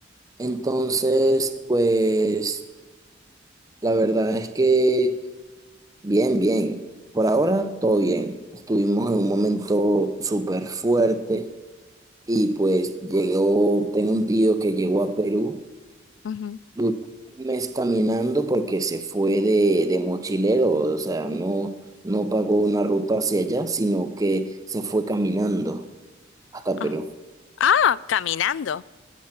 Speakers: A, on the right; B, on the left.
A: Entonces, pues... La verdad es que bien, bien. Por ahora todo bien. Estuvimos en un momento súper fuerte y pues llegó, tengo un tío que llegó a Perú,
B: ujú.
A: duró un mes caminando porque se fue de, de mochilero, o sea, no, no pagó una ruta hacia allá, sino que se fue caminando hasta
B: Ah,
A: Perú.
B: ah, caminando.